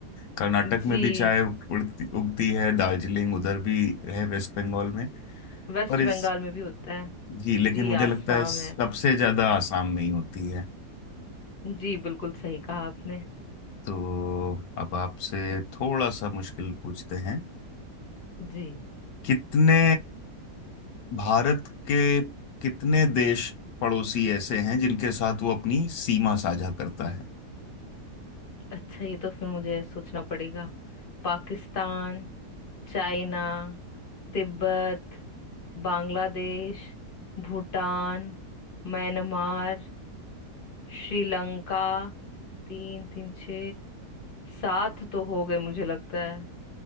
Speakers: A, on the left; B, on the left.
A: कर्नाटक
B: जी
A: में भी चाय उड़ती उगती है दार्जिलिंग उधर भी है वेस्ट बंगाल में
B: वेस्ट
A: पर इस
B: बंगाल में भी होता है
A: जी लेकिन
B: जी
A: मुझे
B: आसाम
A: लगता है सबसे
B: है
A: ज्यादा आसाम में ही होती है
B: जी बिल्कुल सही कहा आपने
A: तो अब आपसे थोड़ा सा मुश्किल पूछते हैं
B: जी
A: कितने भारत के कितने देश पड़ोसी ऐसे हैं जिनके साथ वो अपनी सीमा साझा करता है
B: अच्छा ये तो फिर मुझे सोचना पड़ेगा Pakistan China Tibet Bangladesh Bhutan Myanmar Sri Lanka तीन तीन छ सात तो हो गए मुझे लगता है